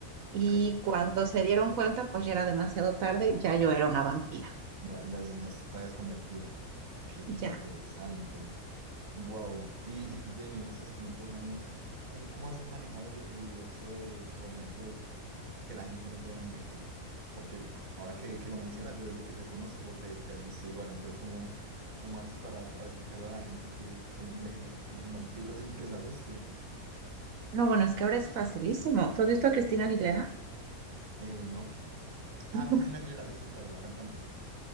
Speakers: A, on the right (about 35°); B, on the right (about 70°).
A: ok.
B: y cuando se dieron cuenta, pues ya era demasiado tarde, ya yo era una vampira.
A: Ya, ya, ya te habías convertido. Ok, qué
B: Ya.
A: interesante. Wow. Y, y ven, en estos 500 años, ¿cómo, cómo has manejado el, el hecho de, por ejemplo, que la gente no te vea envejecer. Porque ahora que, que lo mencionas, yo desde que te conozco te, te has visto igual. Entonces, ¿cómo, cómo haces para, para explicarle a la gente que, que no envejeces porque eres un vampiro sin que se asusten?
B: No, bueno, es que ahora es facilísimo. ¿Tú has visto a Cristina Aguilera?
A: Eh, ¿no? Ah,
B: <laughs>
A: Cristina Aguilera, sí, sí, claro, la cantante.